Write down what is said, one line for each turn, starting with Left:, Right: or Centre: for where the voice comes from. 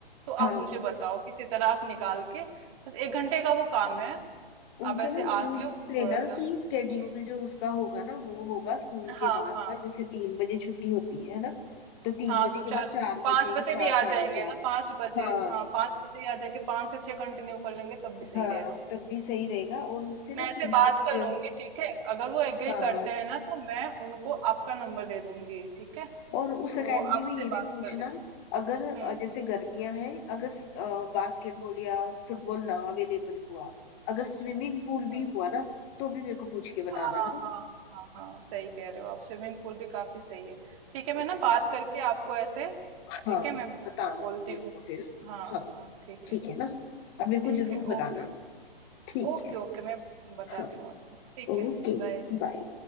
Right: तो
Left: हाँ
Right: आप मुझे बताओ किसी तरह आप निकाल के बस एक घंटे का वो काम है
Left: उनसे
Right: आप ऐसे
Left: ना हम पूछ
Right: आके थोड़ा
Left: लेना
Right: सा
Left: कि स्केड्यूल
Right: हम्म,
Left: जो उसका होगा ना वो होगा स्कूल
Right: हाँ
Left: के बाद
Right: हाँ
Left: का जैसे तीन बजे छुट्टी होती है ना तो तीन
Right: हाँ
Left: बजे
Right: तो चार
Left: के बाद चार
Right: पाँच
Left: बजे
Right: बजे
Left: चार
Right: भी आ
Left: साढ़े
Right: जाएंगे
Left: चार
Right: ना पाँच बजे
Left: हाँ
Right: हाँ पाँच बजे ही आ जाएंगे पाँच से छह कंटिन्यू कर लेंगे तब भी सही
Left: हाँ
Right: रहेगा वो
Left: तब भी सही रहेगा और उनसे
Right: मैं
Left: ना
Right: ऐसे
Left: फीस
Right: बात
Left: स्ट्रक्चर
Right: कर लूंगी ठीक है अगर वो एग्री
Left: हाँ
Right: करते हैं ना तो मैं उनको आपका नंबर दे दूंगी ठीक है
Left: और उस
Right: तो
Left: एकेडमी
Right: वो आपसे
Left: में ये भी
Right: बात
Left: पूछना
Right: कर लेंगे
Left: अगर अ,
Right: हम्म
Left: जैसे गर्मियां हैं अगर बास्केटबॉल या फुटबॉल ना अवेलेबल हुआ अगर स्विमिंग पूल भी
Right: हम्म
Left: हुआ ना तो भी मेरे को पूछ के
Right: हाँ
Left: बताना है ना
Right: हाँ हाँ हाँ सही कह रहे हो आप स्विमिंग पूल भी काफी सही है ठीक है
Left: तो,
Right: मैं ना बात करके आपको ऐसे
Left: हाँ
Right: ठीक है मैं
Left: बताना
Right: बोलती
Left: आप मेरे
Right: हूँ
Left: को फिर
Right: हाँ
Left: हाँ
Right: हाँ ठीक
Left: ठीक
Right: है
Left: है ना अब मेरे को
Right: ठीक
Left: जरूर
Right: है
Left: बताना
Right: ओके
Left: ठीक
Right: ओके
Left: है
Right: ओके मैं बताती
Left: हाँ
Right: हूँ आपको ठीक
Left: ओके
Right: है बाय
Left: बाय